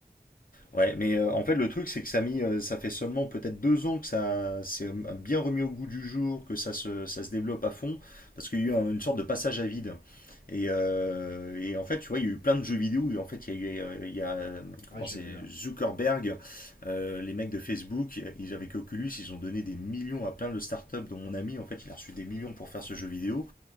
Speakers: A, on the left (about 55°); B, on the left (about 80°).
A: Ouais, mais euh, en fait, le truc, c'est que ça, a mis, euh, ça fait seulement peut-être deux ans que ça s'est euh, bien remis au goût du jour, que ça se, ça se développe à fond, parce qu'il y a eu un- une sorte de passage à vide. Et, euh, et en fait, tu vois, il y a eu plein de jeux vidéo. Et en fait, il y a eu, euh, il y a, euh,
B: Ouais,
A: comment
B: j'ai
A: c'est,
B: vu. hein.
A: Zuckerberg, euh, les mecs de Facebook, ils, avec Oculus, ils ont donné des millions à plein de startups, dont mon ami, en fait, il a reçu des millions pour faire ce jeu vidéo.